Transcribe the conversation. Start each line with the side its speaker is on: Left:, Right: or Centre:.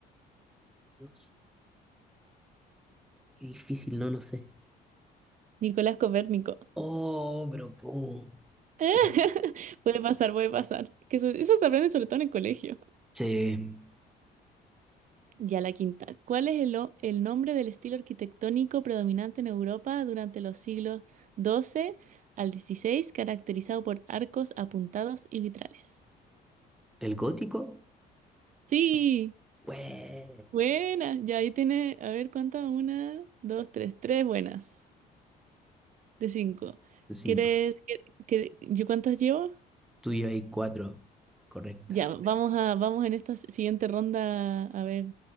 Centre: Dios, qué difícil, no, no sé.
Right: Nicolás Copérnico.
Centre: Oh, pero ¿cómo?
Right: <laughs>
Centre: Ya.
Right: Puede pasar, puede pasar. Que eso, eso se aprende sobre todo en el colegio.
Centre: Sí.
Right: Ya la quinta. ¿Cuál es el, o- el nombre del estilo arquitectónico predominante en Europa durante los siglos XII al XVI, caracterizado por arcos apuntados y vitrales?
Centre: ¿El gótico?
Right: Sí,
Centre: Bueno,
Right: buena. Ya ahí tiene, a ver cuántas, una, dos, tres, tres buenas de cinco.
Centre: cinco.
Right: ¿Quieres, que, que- yo cuántas llevo?
Centre: Tú y yo hay cuatro. Correcta.
Right: Ya, vamos a, vamos en esta siguiente ronda a ver,